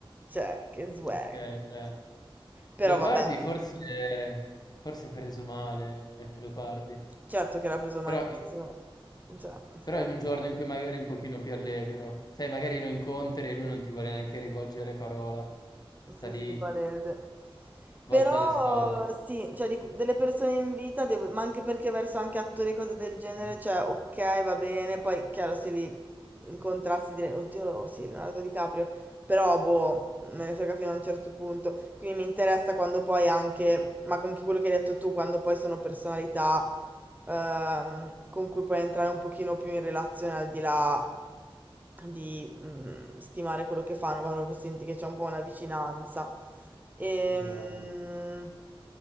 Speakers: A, on the right; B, on the left.
A: cioè, che swag.
B: Okay, beh.
A: Però
B: Leopardi
A: vabbè,
B: forse forse è preso male, Leopardi,
A: certo che l'ha preso
B: però
A: malissimo,
B: i
A: cioè, stava
B: però in un
A: di
B: giorno
A: merda.
B: in cui magari è un pochino più allegro. Sai, magari lo incontri e lui non ti vuole neanche rivolgere parola. Sta
A: Sì,
B: lì
A: sì, palese.
B: volta
A: Però
B: alle spalle.
A: sì, cioè di que- delle persone in vita, devo- ma anche perché verso anche attori e cose del genere,
B: Mh,
A: cioè ok, va bene, poi chiaro se li incontrassi direi, oddio, sì, Leonardo DiCaprio, però boh, me ne frega fino a un certo punto, quindi mi interessa quando poi anche, ma anche quello che hai detto tu, quando poi sono personalità ehm, con cui puoi entrare un pochino più in relazione al di là di mm, stimare quello che fanno, ma proprio senti che c'è un po' una vicinanza. Ehm,
B: esatto.